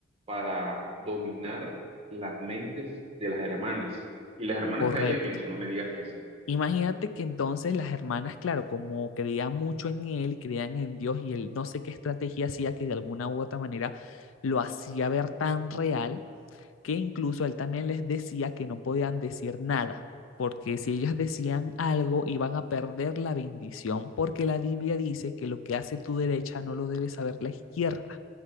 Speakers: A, on the right (about 30°); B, on the left (about 80°).
A: para dominar las mentes de las hermanas. Y las hermanas
B: Correcto.
A: caían en eso, no me digas que sí.
B: Imagínate que entonces las hermanas, claro, como creían mucho en él, creían en Dios y él no sé qué estrategia hacía que de alguna u otra manera lo hacía ver tan real que incluso él también les decía que no podían decir nada, porque si ellas decían algo iban a perder la bendición, porque la Biblia dice que lo que hace tu derecha no lo debe saber la izquierda.